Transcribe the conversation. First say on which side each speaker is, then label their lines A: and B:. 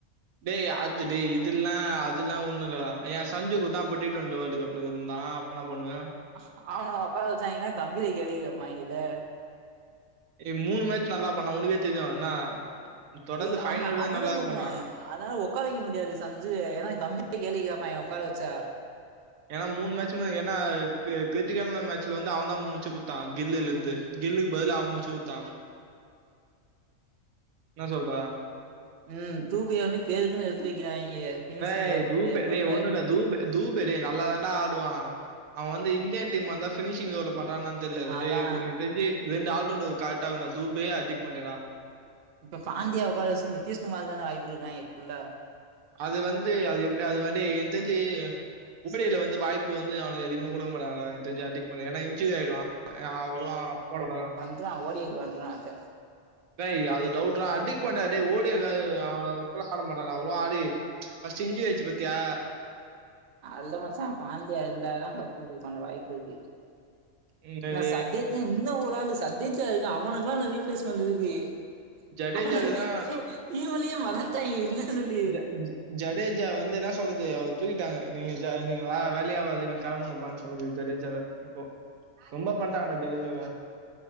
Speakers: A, on the right; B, on the right.
A: டேய் அது டேய் இது எல்லா அதெல்லா ஒன்னு இல்லடா ஏன் சஞ்சுக்குத்தா அப்ப டி டுவென்ட்டி வேர்ல்டு கப்ல இருந்தா இப்ப என்ன பண்ணுவ
B: ஆ அவன ஒக்கார வச்சாய்ங்கனா கம்பீர கேள்வி கேப்பாய்ங்கலே
A: ஏய் மூணு மேட்ச் நல்லா பண்ண உனக்கே நல்லா தெரியு இன்ன தொடர்ந்து
B: ஏய்
A: ஃபைனல்
B: ஆமா
A: வரையு
B: அதுதா
A: நல்லாவே
B: சொல்றே
A: பண்ணா
B: அதனால ஒக்காரக்க வைக்க முடியாது சஞ்சுவ ஏனா கம்பீர கேள்வி கேப்பாய்ங்க ஒக்கார வச்சா
A: ஏனா மூணு மேட்சுமே ஏனா கி கிருட்டிக்கான மேட்சுல வந்து அவன் தா முட்ச்சு குடுத் தா கில்லில இருந்து
B: ம்
A: கில்லிக்கு பதிலா அவன் மூச்சு குடுத்தா என்ன சொல்றா
B: ம் தூபைய வந்து பேருக்குனு எடுத்து வைக்கிறாய்ங்க ஃபினிஷிங்
A: டேய்
B: ரோல்னு
A: தூபே
B: சொல்லி அப்பப்ப
A: டேய் ஒன்னுல்ல தூபே தூபேலா நல்லா தாண்டா ஆடுவான் அவன் வந்து இந்தியன் டீம் வந்தா பினிஷிங் ஜோன்ல பண்றானானு தெர்ல அது
B: அதா
A: ஏய் எனக் தெஞ்சி ரெண்டு ஆள் ரவுண்டர் கரெட்டாருகனு தூபே அடிக்ட் பண்றியேடா
B: இப்ப ஃபேமிலிய உட்கார வச்சி நிதீஷ்குமாருக்கு தான வாய்ப்பு குடுக்குறாய்ங்க ஃபுல்லா
A: அது வந்து அது எப் அது வந்து எனக் தெரிஞ்சு உபடில வந்து வாய்பு வந்து அவனுக்கு அதிகமா குடுக்க மாட்டாங்க எனக் தெரிஞ்சு அவன டிக் பண்ணல ஏன்னா இன்ரி ஆயிடுவா ஏய் அவுங்களுக்குலா அப்பறோடா
B: இப்டி தா ஓ டி ஏ க்கு வந்துருக்கா <unintelligible>
A: டேய் அது டவுட்டு டா ஹட்டிக் பாண்டே டேய் ஓடி ஆ அவன் ரொம்பலா ஆட மாட்டா அவ்ளவா ஆடி ஃபர்ஸ்ட்டு இஞ்சுரி ஆயிச்சு பத்தியா
B: நா இல்ல மச்சா பாண்டியன் இருந்தா தா கப்புக்கு கொஞ்சோ வாய்ப்பு இருக்கு
A: என்னது
B: என்ன சப்டேஜ் இன்னு ஒரு ஆள் சப்டேஜா இருக்கான் அவனுக்குல்லா இன்னு ரீப்ளேஸ்மெண்ட் இருக்கு
A: ஜடேஜாக்கு
B: அவன
A: தா
B: கி கிமோலயே மறன்டாய்ங்க இல்லனு சொல்லி
A: <unintelligible> ஜடேஜா வந்து என்ன சொல்லுது அவர் தூக்கிட்டாங்க நீங்க நீங்க வேல ஆவாது நீங்க கிளம்புங்கப்பான்னு சொல்லற்து ஜடேஜாவ இப்போ ரொம்ப பண்றாங்கடா ஜலேஜேவ